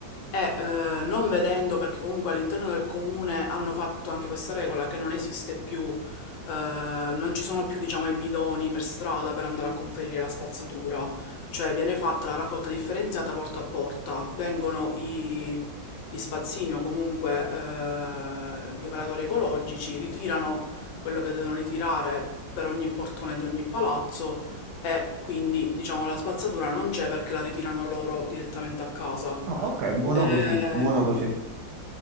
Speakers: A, on the left (about 75°); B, on the right (about 70°).
A: e eh, non vedendo, perché comunque all'interno del comune hanno fatto anche questa regola che non esiste più, eh, non ci sono più, diciamo, i bidoni per strada per andare a conferire la spazzatura, cioè viene fatta la raccolta differenziata porta a porta, vengono i, gli spazzini o comunque eh, gli operatori ecologici, ritirano quello che devono ritirare per ogni portone di ogni palazzo e quindi, diciamo, la spazzatura non c'è perché la ritirano loro direttamente a casa.
B: Ah, ok, buono
A: Eh,
B: così, buono così.